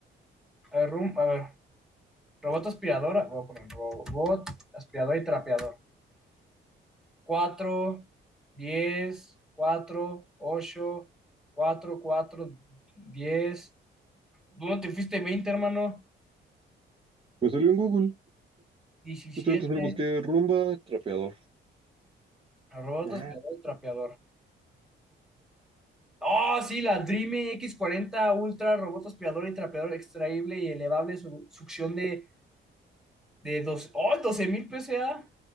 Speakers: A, in the centre; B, on the right (about 25°).
A: A ver, rum, a ver. Robot aspiradora. Voy a poner robot aspirador y trapeador. cuatro diez cuatro ocho cuatro cuatro diez ¿Dónde te fuiste veinte hermano?
B: Me salió en Google.
A: diecisiete
B: Justamente solo busqué rumba, trapeador.
A: Robot
B: Ah,
A: aspirador y trapeador. Oh, sí, la Dream x cuarenta Ultra, robot aspirador y trapeador extraíble y elevable, su- succión de, de dos, oh, 12.000 PSA,